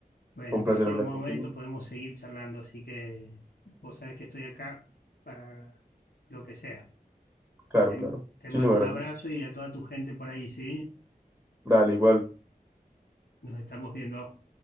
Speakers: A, on the left; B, in the centre.
A: Bueno,
B: Fue un
A: en
B: placer
A: cualquier
B: hablar
A: momento
B: contigo.
A: podemos seguir charlando, así que vos sabés que estoy acá para lo que sea.
B: Claro,
A: Te,
B: claro.
A: te
B: Muchísimas
A: mando un
B: gracias.
A: abrazo y a toda tu gente por ahí, ¿sí?
B: Dale, igual.
A: Nos estamos viendo.